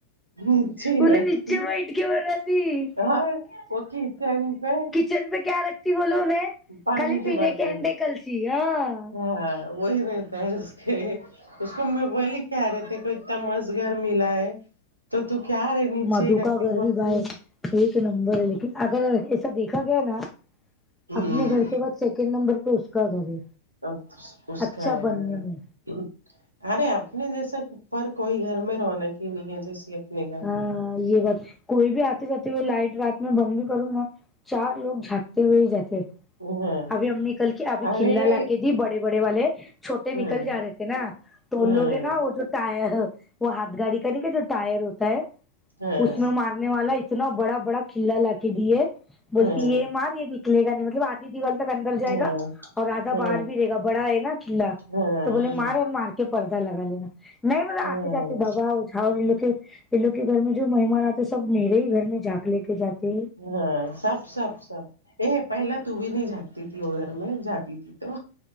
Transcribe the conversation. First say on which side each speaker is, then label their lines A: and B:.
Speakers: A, on the right; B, in the centre.
A: نیچے
B: انہیں
A: رکھتی
B: نیچے بیٹھ کے بنا تھی
A: اور وہک ان پہ
B: چن پہ کیا رکھتی ب لو نے
A: پانی
B: خالی پینے
A: برتن
B: کے انڈے کلسیی ہاں
A: ہاں وہی رہتا ہے اس کے اس کو میں بولی کیا رہتے کو اتنا مز گور ملا ہے تو تو کیا رہے نیچے
B: مدھو
A: ہی رکھتی
B: کا گھر
A: بولتی
B: بھی بھائی ایک نمبر ہے لیکن اگر ایسا دیکھا گیا نا
A: ہوں
B: اپنے گھر کے بعد سیکنڈ نمبر تو اس کا گھر ہے
A: اب اس
B: اچھا
A: کا ہیں
B: بننے میں
A: ارے اپنے جیسا اوپر کوئی گھر میں رونق ہی نہیں ہے جیسی گھر
B: ہاں
A: میں
B: یہ بات کوئی بھی آتے جاتے ہوئے لائٹ رات میں بند بھی کروں گا چار لوگ جھانکتے ہوئے ہی جاتے
A: ہاں
B: ابھی امی کل کی ابھی
A: ارے
B: کھلا لا کے دی بڑی بڑے بڑے والے چھوٹے
A: ہاں
B: نکل جا رہے تھے نا تو لوگ
A: ہاں
B: ہیں نا وہ جو ٹر وہ ہاتھ گاڑی کا نہیں کہ جو ٹائر ہوتا
A: ہاں
B: اس میں مارنے والا اتنا بڑا بڑا کلا لا کے دی ہے بولتی
A: ہاں
B: یہ مار یہ نکے گا نہیں مطلب آدھی دیو وال تک اندر جائے
A: ہاں
B: گا اور آدھا
A: ہاں
B: باہر بھی رہے گا بڑا ہے نا چلا
A: ہاں
B: تو بولے مار اور مار کے کہ پ پردہ لگا ل نا نہیں ما
A: ہاں ہاں
B: آتے جاتتے دبا جھا ل ل کہ یہ لوگ کے گھر میں جو مہمان آتے ہیں سب میرے ہی گھر میں جاگ لے کے جاتے ہیں
A: ہاں سب سب سب ا پہلا تو بھی نہیں جاگتی تھی وہ گھر میں جاتی تھی تو